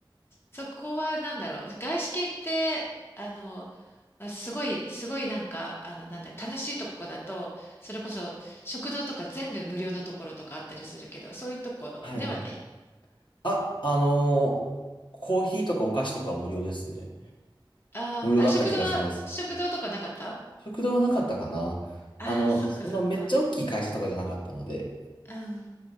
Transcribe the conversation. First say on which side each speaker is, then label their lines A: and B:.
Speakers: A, on the left (about 25°); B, on the left (about 65°).
A: そこはなんだろう。外資系って、あの、まあすごい、すごいなんか、あの、なんだろう、楽しいとこだと、それこそ食堂とか全部無料のところとかあったりするけど、そういうところではない。
B: はい。あ、あのーコーヒーとかお菓子とかは無料ですね。
A: あーあ、
B: 無料だった気がします。
A: 食堂は、食堂とかなかった
B: 食堂はなかったかな。
A: ああー、
B: あの、
A: そっかそっか。
B: そんなめっちゃ大きい会社とかじゃなかったので、
A: うん。